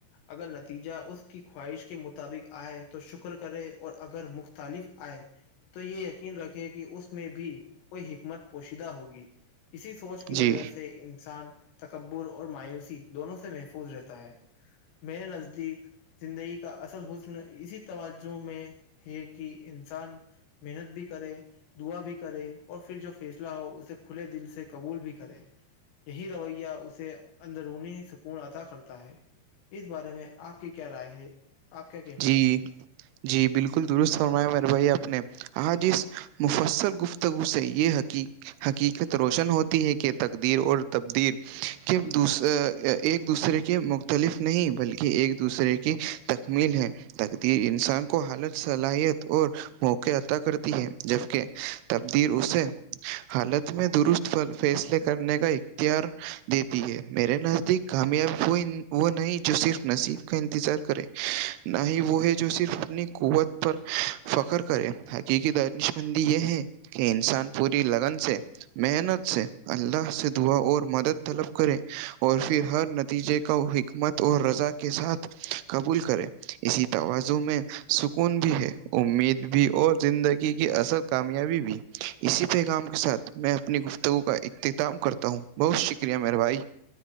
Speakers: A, on the left (about 80°); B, on the right (about 80°).
A: اگر نتیجہ اس کی خواہش کے مطابق آئے تو شکر کرے اور اگر مفت خ تالف آئے تو یہ یقین رکھے کہ اس میں بھی کوئی حکمت پوشیدہ ہوگی اسی سوچ کی
B: جی
A: وجہ سے انسان تکبر اور مایوسی دونوں سے محفظ رہتا ہے میرے نزدیک زندگی کا اصل ہو س اسی توجہ میں ہے کہ انسان محنت بھی کرے دعا بھی کرے اور پھر جب پھیسلا ہو اسے کھلے دل سے قبول بھی کرے یہی رویہ اسے اندرونی سکون عدا کرتا ہے اس بارے میں آپ کی کیا رائے ہے آپ کیا کہنا
B: جی
A: چاہیں گے
B: جی بالکل درست فرمایا میرے بھائی آپ نے آج اس مفصل گفتگو سے یہ حقیق حقیقت روشن ہوتی ہے کہ تقدیر اور تبدیر کہ دوس ایک دوسرے کے مختلف نہیں بلکہ ایک دوسرے کی تکمیل ہے تقدیر انسان کو حالت صلاحیت اور موقع عطا کرتی ہے جبکہ تبدییر اسے حالت میں درست فیصلے کرنے کا ار دیتی ہے میرے نزدیک کامیاب ہوئی نہیں جو صرف نصیب کا انتظار کرے نہ ہی وہ ہے جو صرف اپنی قوت پر فخر کرے حقیقی دنش مندی یہ ہے کہ انسان پوری لگن سے محنت سے اللہ سے دعا اور مدد طلب کریں اور پھر ہر نتیجے کو حکمت اور رضا کے کے ساتھ قبول کریں اسی توازن میں سکون بھی ہے امید بھی اور زندگی کی اصل کامیابی بھی اسی پیغام کے ساتھ میں اپنی گفتگو کا اختتام کرتا ہوں بہت شکریہ مہربھائی